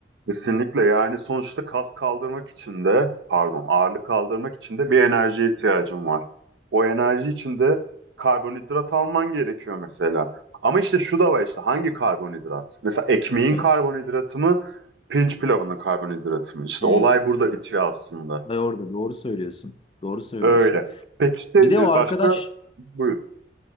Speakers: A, on the right; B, on the left.
A: Kesinlikle yani sonuçta kas kaldırmak için de pardon ağırlık kaldırmak için de bir enerjiye ihtiyacım var. O enerji için de karbonhidrat alman gerekiyor mesela. Ama işte şu da var işte hangi karbonhidrat? Mesela ekmeğin
B: Evet.
A: karbonhidratı mı, pirinç pilavının karbonhidratı mı? İşte
B: Hmm.
A: olay burada bitiyor aslında.
B: Ve orada doğru söylüyorsun. Doğru söylüyorsun.
A: Öyle. Peki işte
B: Bir
A: e,
B: de o arkadaş
A: başka buyur.